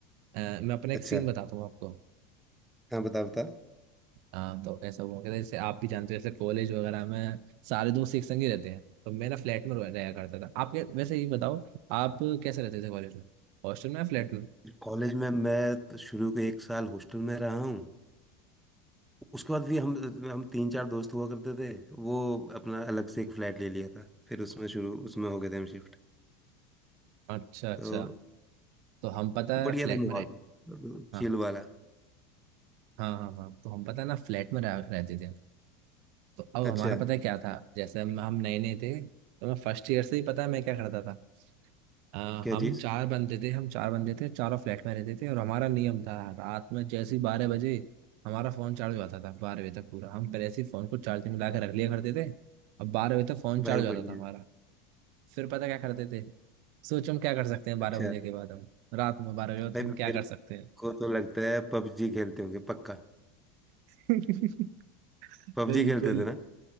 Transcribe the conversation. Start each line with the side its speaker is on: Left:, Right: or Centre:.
Right: अ, मैं अपना एक
Centre: अच्छा
Right: सीन बताता हूँ आपको
Centre: हाँ बता बता
Right: हाँ तो ऐसा हुआ कि जैसे आप भी जानते हो जैसे कॉलेज वगैरह में सारे दोस्त एक संग ही रहते हैं तो मेरा फ्लैट में रह- रहा करता था आप कै- वैसे ये बताओ आप कैसे रहते थे कॉलेज में हॉस्टल में या फ्लैट में
Centre: कॉलेज में मैं तो शुरू के एक साल हॉस्टल में रहा हूँ उसके बाद भी हम हम तीन चार दोस्त हुआ करते थे वो अपना अलग से एक फ्लैट ले लिया था फिर उसमें शुरू उसमें हो गए थे हम शिफ्ट
Right: अच्छा अच्छा
Centre: तो
Right: तो हम पता
Centre: बढ़िया
Right: है फ्लैट
Centre: था माहौल
Right: में रह हाँ
Centre: चिल वाला
Right: हाँ हाँ हाँ तो हम पता है ना फ्लैट में रह, रहते थे तो अब हमारा
Centre: अच्छा
Right: पता है क्या था जैसे हम हम नए नए थे तो मैं फर्स्ट ईयर से ही पता है मैं क्या करता था अ,
Centre: क्या
Right: हम
Centre: चीज़
Right: चार बंदे थे हम चार बंदे थे चारों फ्लैट में रहते थे और हमारा नियम था रात में जैसे ही बारह बजे हमारा फोन चार्ज हो जाता था बारह बजे तक पूरा हम पहले से ही फोन को चार्जिंग में लगा के रख लिया करते थे अब बारह बजे तक फोन चार्ज
Centre: भाई
Right: हो जाता
Centre: बढ़िया
Right: था हमारा फिर पता क्या करते थे सोचो हम क्या कर सकते हैं बारह
Centre: अच्छा
Right: बजे के बाद हम रात में बारह बजे
Centre: भाई
Right: तो हम
Centre: मेरे
Right: क्या कर सकते हैं
Centre: को तो लगता है पबजी खेलते होंगे पक्का
Right: <laughs>
Centre: पबजी
Right: बिल्कुल
Centre: खेलते थे ना